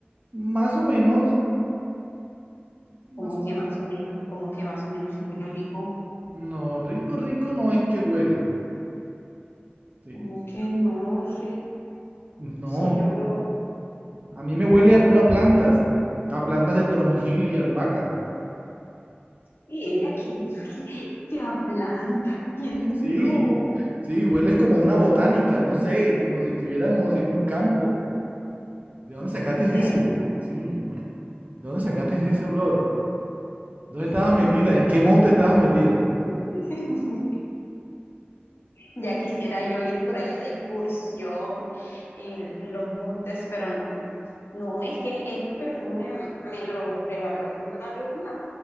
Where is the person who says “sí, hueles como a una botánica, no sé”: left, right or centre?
Right